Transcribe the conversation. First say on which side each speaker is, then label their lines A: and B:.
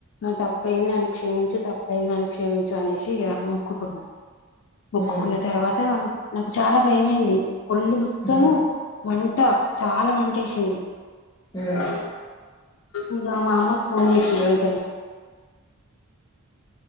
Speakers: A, on the left; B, on the left.
A: తప్పైంది నన్ను క్షేమించు తప్పయింది నను క్షమించు అనేసి అ మొక్కుకున్నా మొక్కుకున్న
B: ఉమ్
A: తర్వాత నాకు చాలా భయమైంది ఒళ్ళు మొత్తము
B: ఉమ్
A: మంట చాలా మంటేసింది
B: ఉమ్
A: అ ఇగ మా అమ్మ కి ఫోన్ చేసిన వెంటనే